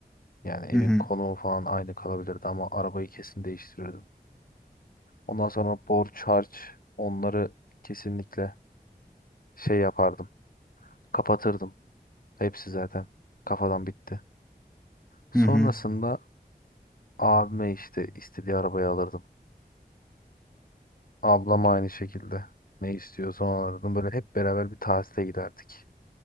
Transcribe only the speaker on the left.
Yani evin
konumu falan aynı kalabilirdi ama arabayı kesin değiştirirdim. Ondan sonra borç harç onları kesinlikle şey yapardım. Kapatırdım. Hepsi zaten kafadan bitti. Sonrasında
abime işte istediği arabayı alırdım. Ablama aynı şekilde ne istiyorsa onu alırdım. Böyle hep beraber bir tatile giderdik.